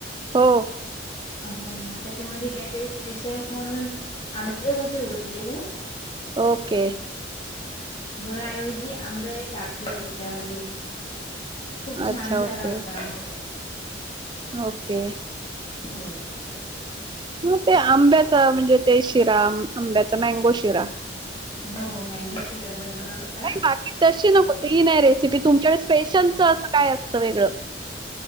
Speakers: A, on the right (about 25°); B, on the left (about 30°).
A: हो
B: हो त्याच्यामध्ये काहीतरी स्पेशल म्हणून आंबे होते उरलेले
A: ओके
B: गुळाऐवजी आंबे टाकले त्याच्यामध्ये. खूप छान
A: अच्छा,
B: झाला
A: ओके.
B: होता मग.
A: ओके
B: हो
A: हं ते आंब्याचा म्हणजे ते शिरा आंब्याचा मँगो शिरा.
B: हो मँगो शिरा बनवला होता.
A: नाही बाकी तशी नको ती नाय रेसिपी, तुमच्याकडे स्पेशलच अस काय असत वेगळ?